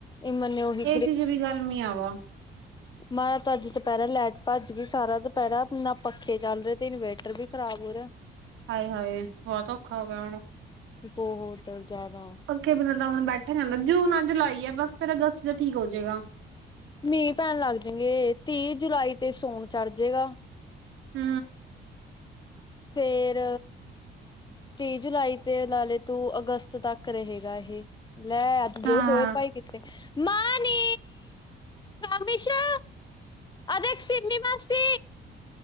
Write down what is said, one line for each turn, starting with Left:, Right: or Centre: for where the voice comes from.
Left: ਇਹ ਮੈਨੇ ਉਹੀ
Right: ਏ ਸੀ ਜੀ ਵੀ ਗਰਮੀ ਆ। <unintelligible>
Left: <unintelligible> ਤ ਅੱਜ ਦੁਪਹਿਰਾ ਲਾਈਟ ਭੱਜ ਗਈ ਸਾਰਾ ਦੁਪਹਿਰਾ ਨਾ ਪੱਖੇ ਚੱਲ ਰਹੇ ਤੇ ਇਨਵੇਰਟਰ ਵੀ ਖ਼ਰਾਬ ਹੋ ਰਿਹਾ।
Right: ਹਾਏ ਹਾਏ ਬਹੁਤ ਔਖਾ ਹੋ ਗਿਆ ਹੁਣ।
Left: ਬਹੁਤ ਜ਼ਿਆਦਾ।
Right: ਪੱਖੇ ਬਿਨਾਂ ਤਾਂ ਹੁਣ ਬੈਠਾ ਨਹੀ ਜਾਂਦਾ, ਜੂਨ ਆ ਜੁਲਾਈ ਆ, ਬਸ ਫਿਰ ਅਗਸਤ ਚ ਠੀਕ ਹੋ ਜਾਏਗਾ।
Left: ਮੀਂਹ ਪੈਣ ਲੱਗ ਜਾਗੇ, ਤੀਹ ਜੁਲਾਈ ਤੇ ਸਾਵਨ ਚੜ ਜੇਗਾ।
Right: ਹੂ
Left: ਫ਼ੇਰ ਤੀਹ ਜੁਲਾਈ ਤੇ ਲਾ ਲੇ ਤੂੰ ਅਗਸਤ ਤੱਕ ਰਹੇਗਾ ਇਹ ਲੈ
Right: ਹਾਂ
Left: ਜੋ ਦੋਏ
Right: ਹਾਂ
Left: ਪਏ ਕੀਤੇ ਮਾ ਨੀ ਖਮਿਸ਼ਾ ਅਦੇਕ ਸਮੀ ਮਾਸੀ